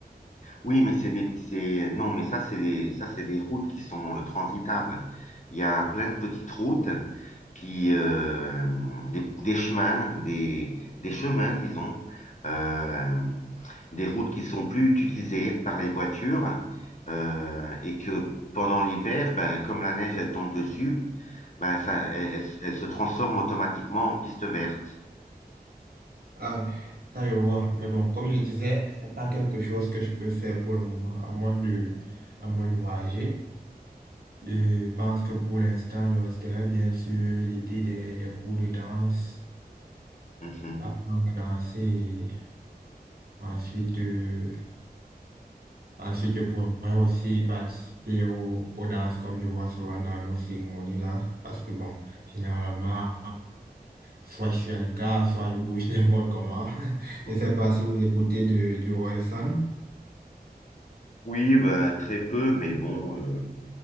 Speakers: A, on the left (about 50°); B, on the right (about 70°).
A: Oui, mais c'est des, c'est, non, mais ça, c'est des, ça, c'est des routes qui sont euh, transitables. Il y a plein de petites routes qui, euh, des, des chemins, des, des chemins, disons, euh, des routes qui sont plus utilisées par les voitures, euh, et que pendant l'hiver, ben, comme la neige, elle tombe dessus, ben, ça, elle, elle se elle se transforme automatiquement en piste verte.
B: Ah, ça, je vois. Mais bon, comme je disais, c'est pas quelque chose que je peux faire pour le moment, à moins de, à moins de voyager. Je pense que pour l'instant, je resterai bien sûr l'idée des, des cours de danse,
A: Mhm,
B: apprendre à danser. et Ensuite, euh, Ensuite, je pourrais aussi participer aux, aux danses comme je vois souvent dans nos cérémonies là, parce que bon, généralement, soit je suis à l'écart, soit je bouge <laughs> n'importe comment.
A: mhm.
B: Je sais pas si vous écoutez de, du Orelsan.
A: Oui, ben, très peu, mais bon. euh,